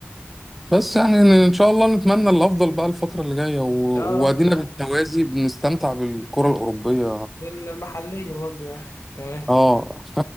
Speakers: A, in the centre; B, on the left.
A: بس يعني ان إن شاء الله نتمنى الافضل بقى الفتره اللي جايه و...
B: يا رب
A: وادينا
B: يعني
A: بالتوازي بنستمتع بالكره الاوروبيه
B: والمحلية برضو يعني <laughs> تمام
A: اه